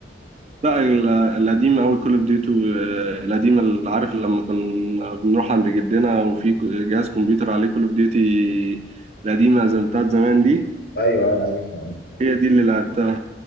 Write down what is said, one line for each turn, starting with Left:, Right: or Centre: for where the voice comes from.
Right: لا ال- القديم أوي كول اوف ديوتي القديمة اللي عارف لما كنا بنروح عند جدنا وفي ك- جهاز كمبيوتر عليه كول اوف ديوتي القديمة زي بتاعت زمان دي
Left: ايوه عارف عارف
Right: هي دي اللي لعبتها